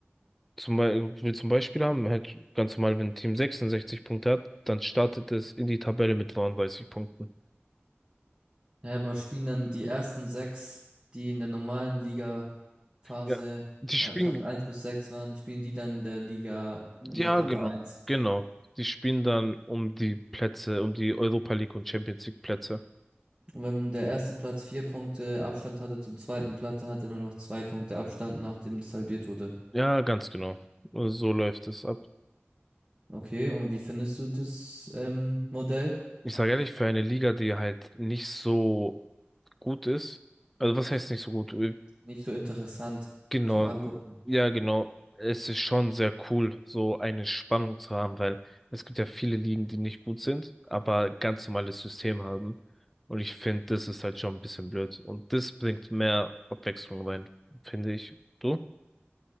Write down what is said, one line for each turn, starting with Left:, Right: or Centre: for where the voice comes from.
Centre: Zum Beispiel, wir zum Beispiel haben halt ganz normal, wenn ein Team 66 Punkte hat, dann startet es in die Tabelle mit 39 Punkten.
Right: Ja, aber spielen dann die ersten sechs, die in der normalen Liga-Phase
Centre: Ja. Die spielen,
Right: äh, Platz eins bis 6 waren, spielen die dann in der Liga
Centre: ja,
Right: in der Gruppe
Centre: genau,
Right: eins?
Centre: genau. Die spielen dann um die Plätze, um die Europa League und Champions League Plätze.
Right: Und wenn der erste Platz vier Punkte Abstand hatte zum zweiten Platz, dann hat er nur noch zwei Punkte Abstand, nachdem es halbiert wurde.
Centre: Ja, ganz genau. So läuft es ab.
Right: Okay, und wie findest du das ähm, Modell?
Centre: Ich sage ehrlich, für eine Liga, die halt nicht so gut ist, also was heißt nicht so gut?
Right: Nicht so interessant
Centre: Genau,
Right: zum Angucken.
Centre: ja, genau. Es ist schon sehr cool, so eine Spannung zu haben, weil es gibt ja viele Ligen, die nicht gut sind, aber ganz normales System haben. Und ich finde, das ist halt schon ein bisschen blöd. Und das bringt mehr Abwechslung rein, finde ich. Du?